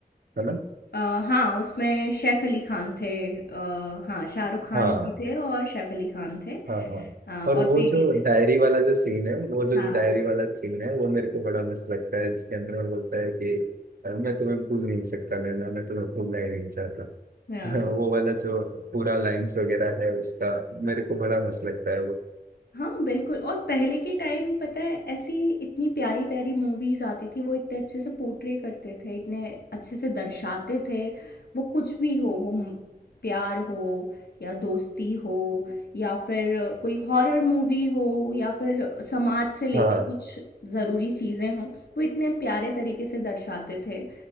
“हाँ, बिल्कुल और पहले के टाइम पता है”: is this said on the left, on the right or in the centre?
Left